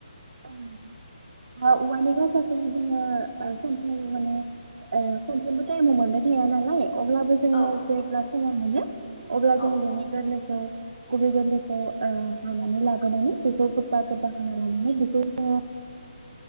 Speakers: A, on the right; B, on the left.
A: ओ नोंथां
B: औ
A: माबानिबो जोङो ओ सम- सम माने ओ सफ्रोमबो टाइमाव मोनबाय थाया नालाय अब्लाबो जोङो
B: औ
A: जेब्ला समा मोनो अब्ला
B: औ
A: जों बेनि गोरलै ओ गन्दखौ ओ खनानै लाबोनानै बेखौ गोबा गोबा खालायनानै <unintelligible> ओ